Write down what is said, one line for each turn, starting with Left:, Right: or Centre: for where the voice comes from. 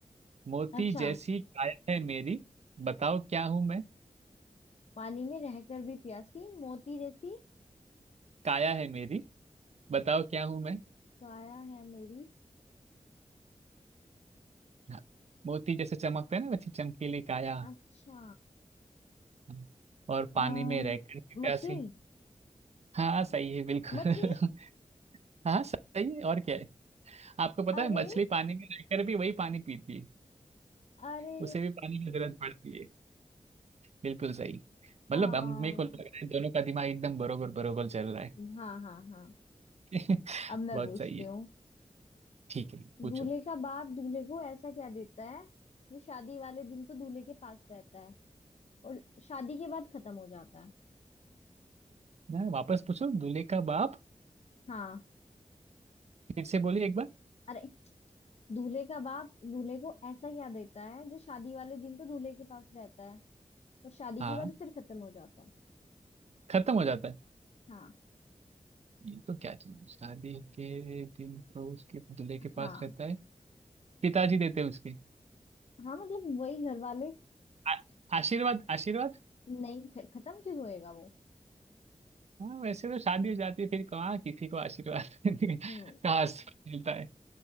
Right: मोती
Left: अच्छा
Right: जैसी काया है मेरी बताओ क्या हूं मैं
Left: पानी में रहकर भी प्यासी मोती जैसी
Right: काया है मेरी बताओ क्या हूं मैं
Left: काया है मेरी
Right: हाँ, मोती जैसे चमकते हैं ना वैसे चमकीली काया
Left: अच्छा
Right: हाँ, और
Left: आ,
Right: पानी में रहकर भी प्यासी
Left: मछली
Right: हाँ सही है बिल्कुल
Left: मछली
Right: <laughs> हाँ सही है और क्या है आपको पता
Left: अरे
Right: है मछली पानी में रहकर भी वही पानी पीती है
Left: अरे
Right: उसे भी पानी की जरूरत पड़ती है बिल्कुल सही
Left: आ,
Right: मतलब
Left: हाँ
Right: हम मेरे को लग रहा है दोनों का दिमाग एकदम बरोबर बरोबर चल रहा है
Left: हाँ हाँ
Right: <laughs>
Left: अब मैं
Right: बहुत
Left: पूछती
Right: सही है
Left: हूँ
Right: ठीक है पूछो
Left: दूल्हे का बाप दूल्हे को ऐसा क्या देता है जो शादी वाले दिन तो दूल्हे के पास रहता है और शादी के बाद खत्म हो जाता है
Right: ना वापस पूछो दूल्हे का बाप
Left: हाँ
Right: फिर से बोलिए एक बार
Left: अरे दूल्हे का बाप दूल्हे को ऐसा क्या देता है जो शादी वाले दिन तो दूल्हे के पास रहता है और शादी
Right: हाँ
Left: के बाद फिर खत्म हो जाता है
Right: खत्म हो जाता है
Left: हाँ
Right: ये तो क्या चीज़ है? शादी के दिन तो उसके दूल्हे के
Left: हाँ
Right: पास रहता है पिताजी देते हैं उसके
Left: हाँ मतलब वही घर वाले
Right: आ- आशीर्वाद आशीर्वाद
Left: नहीं फिर खत्म क्यों होएगा वो
Right: हाँ वैसे तो शादी हो जाती है फिर कहाँ किसी को आशीर्वाद <laughs>
Left: हम्म
Right: कहाँ से मिलता है